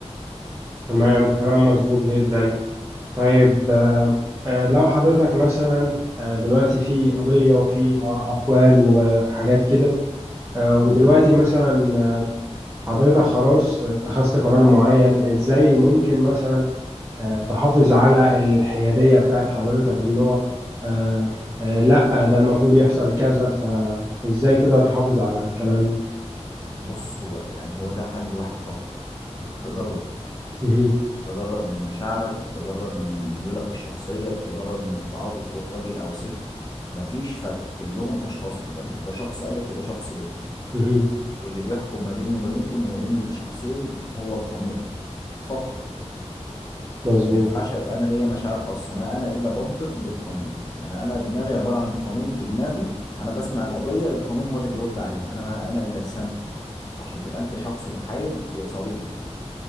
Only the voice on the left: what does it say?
مم.
بص هو يعني هو ده حل واحد فقط بالتجرد
تتجرد من مشاعرك بتتجرد من ميولك الشخصية بتتجرد من التعاطف فوق راجل أو ست مفيش فرق كلهم أشخاص قدامك ده شخص ألف وده شخص ب
واللي بيحكم ما بيني وما بينكم وما بين الشخصين هو القانون فقط
ما ينفعش أبقى أنا ليا مشاعر خاصة ما أنا إلا بنطق بالقانون يعني أنا دماغي عبارة عن القانون في دماغي أنا بسمع القضية القانون هو اللي بيرد عليها أنا ما أنا إلا لسان فقط عشان تبقى أنت شخص محايد وصريح